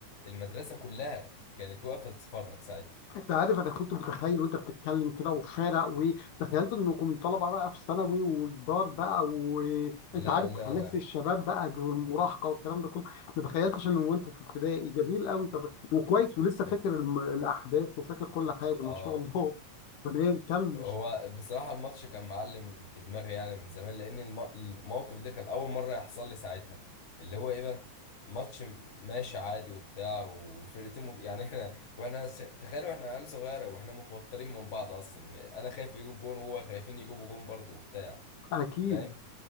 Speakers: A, on the left; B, on the left.
A: المدرسه كلها كانت واقفه تتفرج ساعتها
B: انت عارف انا كنت متخيل وانت بتتكلم كده وفارق وتخيلت انكم طلبه بقى في ثانوي وكبار بقى وانت
A: لا
B: عارف
A: لا
B: حماس
A: لا
B: الشباب بقى والمراهقه والكلام ده كله ما تخيلتش ان وانتوا في ابتدائي جميل قوي طب وكويس ولسه
A: تخن
B: فاكر الم- الاحداث وفاكر كل حاجه
A: اه
B: ما شاء الله <laughs> تمام كمل
A: هو بصراحة الماتش كان معلم في دماغي يعني من زمان لأن الم... الموقف ده كان أول مرة يحصل لي ساعتها اللي هو إيه بقى الماتش م- ماشي عادي وبتاع والفرقتين مت... يعني إحنا <laughs> وإحنا س... تخيلوا إحنا عيال صغيرة وإحنا متوترين من بعض أصلا أنا خايف يجيب جون وهو خايفين يجيبوا جون برضه وبتاع
B: اكيد
A: فاهم؟